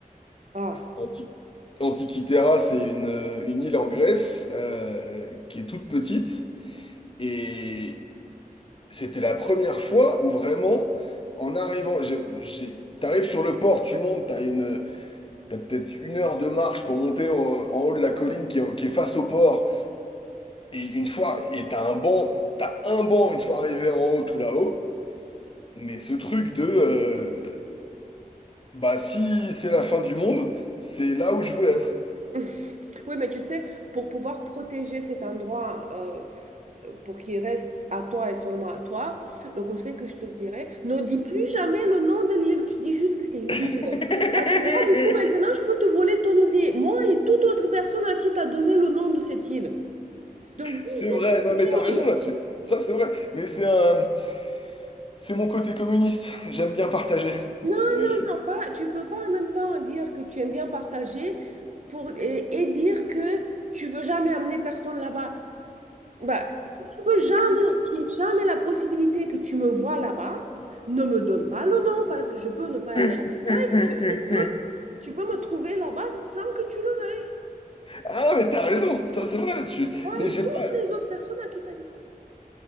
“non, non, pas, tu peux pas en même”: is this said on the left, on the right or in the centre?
Right